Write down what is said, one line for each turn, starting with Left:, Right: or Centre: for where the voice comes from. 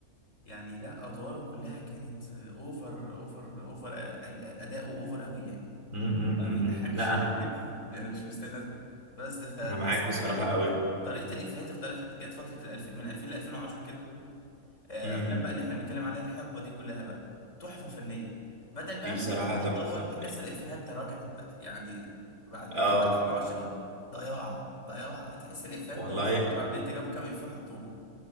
Left: يعني لا ادواره كلها كانت آه، اوفر اوفر اوفر آه، آه، اداؤه اوفر قوي يعني
Right: م -م -م.
Left: ما بيضحكش
Right: م. لا
Left: يعني
Right: أنا
Left: <laughs> انا مش مستني اضحك بس فتحس
Right: أنا معاك
Left: بقى
Right: بصراحة
Left: ان
Right: قوي
Left: طريقه الافيهات اختلفت جت فتره الألف... من 2000 ل 2010 كده آه،
Right: م.
Left: افلام بقى اللي احنا بنتكلم عليها الحقبه دي كلها بقى تحفه فنيه بدل بقى
Right: دي بصراحة
Left: ما الافيهات
Right: تحفة
Left: تتطور تحس
Right: يعني
Left: الافيهات تراجعت بقى يعني بعد
Right: أه
Left: بعد 2010 ضياع ضياع تحس الافيهات
Right: والله
Left: ده على النت جابوا كام افيه حطوهم